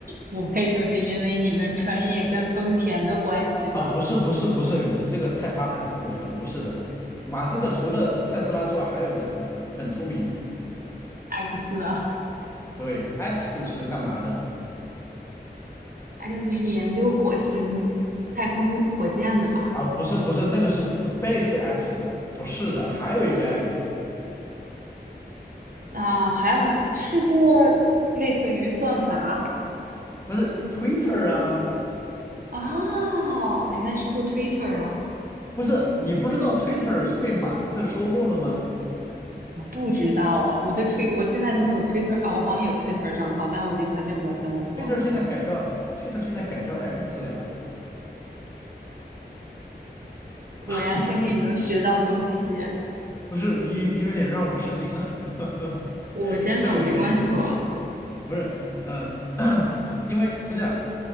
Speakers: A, on the right; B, on the left.
A: 不会就是因为你们专业跟丰田的关系吧
B: 啊，不是不是不是，你这个太发散思维了，不是的。马斯克除了特斯拉之外，还有一家公司很出名。
A: ？X 啊。
B: 对，X 是干嘛的？
A: X 是研究火星太空火箭的吧？
B: 啊，不是不是，那个是 Space X，不是的，还有一个 X，
A: 那、还有一是做类似于算法
B: 不是 Twitter 啊，
A: 哦，原来是做 Twitter 啊，
B: 不是，你不知道 Twitter 是被马斯克收购了吗
A: 我不知道啊，我对推我现在都没有 Twitter 啊，我好像有 Twitter 账号，但我已经很久没有登录过了。
B: ？Twitter 现在改叫 Twitter 现在改叫 X 了呀。
A: 果然跟着你能学到东西，
B: 啊，你不是你，你有点让我吃惊了，<laughs>
A: 我真的我没关注啊。
B: 这个有点吃惊了。不是，嗯、<coughs> <clears throat> 因为是这样，